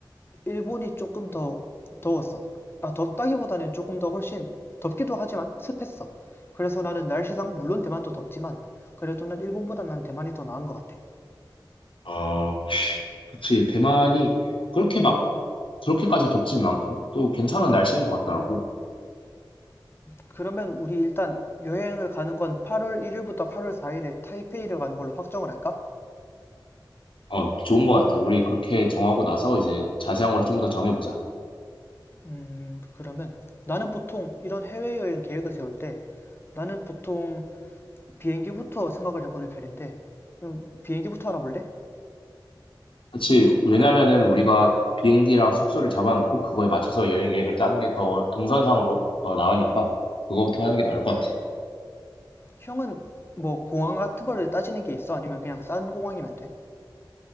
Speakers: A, on the left (about 25°); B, on the left (about 90°).
A: 일본이 조금 더 더웠어. 아, 덥다기보다는 조금 더 훨씬 덥기도 하지만 습했어. 그래서 나는 날씨상 물론 대만도 덥지만 그래도 난 일본보단 난 대만이 더 나은 것 같아.
B: 어, 그치. 대만이 그렇게 막 그렇게까지 덥진 않고 또 괜찮은 날씨인 것 같더라고.
A: 그러면 우리 일단 여행을 가는 건 8월 1일부터 8월 4일에 타이페이를 가는 걸로 확정을 할까?
B: 어, 좋은 것 같아. 우리 그렇게 정하고 나서 이제 자세한 거를 좀 더 정해보자.
A: 음, 그러면 나는 보통 이런 해외여행 계획을 세울 때 나는 보통 비행기부터 생각을 해보는 편인데 음, 비행기부터 알아볼래?
B: 그치. 왜냐면은 우리가 비행기랑 숙소를 잡아놓고 그거에 맞춰서 여행 계획을 짜는 게 더 동선상으로 더 나으니까 그거부터 하는 게 나을 것 같아.
A: 형은 뭐 공항 같은 거를 따지는 게 있어? 아니면 그냥 싼 공항이면 돼?